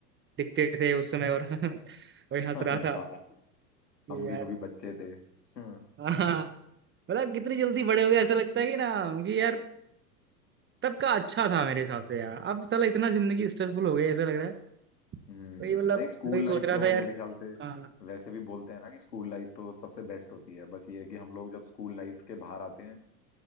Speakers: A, on the right; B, on the left.
A: दिखते थे उस समय और <laughs> वही
B: <laughs>
A: हंस
B: हाँ
A: रहा था कि
B: हम भी
A: यार
B: कभी बच्चे थे हम्म
A: हाँ मतलब कितनी जल्दी बड़े हो गए ऐसा लगता है कि ना कि यार तब का अच्छा था मेरे हिसाब से यार अब साला इतना जिंदगी स्ट्रेसफुल हो गई ऐसा लग रहा है
B: हम्म,
A: वही मतलब
B: नहीं स्कूल
A: वही सोच
B: लाइफ
A: रहा
B: तो
A: था यार
B: मेरे ख्याल से
A: हाँ
B: वैसे भी बोलते हैं ना कि स्कूल लाइफ तो सबसे बेस्ट होती है बस ये है कि हम लोग जब स्कूल लाइफ के बाहर आते हैं